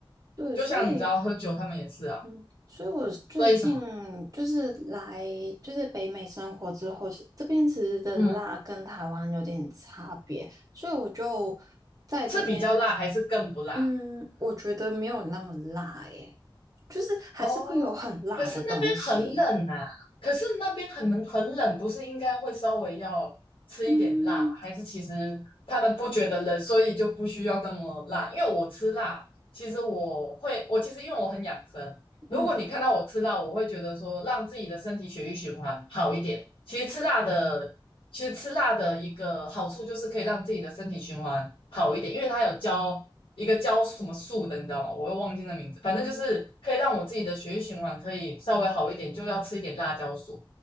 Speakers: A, on the right; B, on the left.
A: 对，
B: 就像你知道喝酒他们也是啊，
A: 所以，嗯，所以我最近
B: 所以什么，
A: 就是来就是北美生活之后，是这边其实的辣跟台湾有点差别，
B: 嗯，
A: 所以我就在这边，
B: 是比较辣还是更不辣？
A: 嗯，我觉得没有那么辣耶，就是还是会有很辣的东西，
B: 哦，可是那边很冷啊，可是那边很冷很冷，不是应该会稍微要吃一点辣吗？
A: 嗯
B: 还是其实他们不觉得冷，所以就不需要那么辣？因为我吃辣，其实我会，我其实因为我很养生，如果你看到我吃辣，
A: 嗯
B: 我会觉得说让自己的身体血液循环好一点。其实吃辣的，其实吃辣的一个好处就是可以让自己的身体循环好一点，因为它有教一个教什么素的，你知道吗？我又忘记那名字，反正就是可以让我自己的血液循环可以稍微好一点，
A: 嗯
B: 就要吃一点辣椒素。